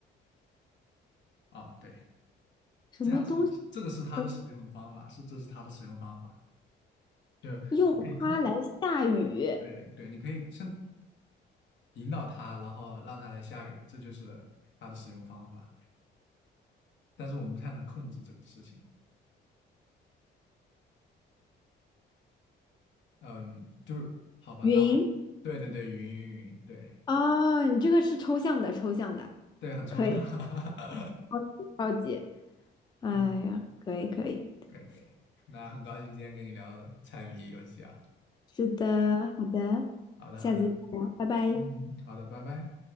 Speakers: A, on the left; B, on the left.
A: 啊，对，
B: 什么东西
A: 这样是这个是它的使用方法，
B: 可
A: 是这是它的使用方法，就你可以控，
B: 以用它来下雨？
A: 对对，你可以甚至引导它，然后让它来下雨，这就是它的使用方法，但是我们不太能控制这个事情。嗯，就是好吧，
B: 云
A: 那对对对，云云云，对
B: 啊，哦你这个是抽象的，抽象的，
A: 对，很抽象，
B: 可以，
A: <laughs>
B: 超级超级，哎呀，
A: 嗯，
B: 可以可以，
A: 可以可以，那很高兴今天跟你聊猜谜游戏啊，
B: 是的，好的，
A: 好的好的，
B: 下次再聊，拜拜。
A: 嗯，好的，拜拜。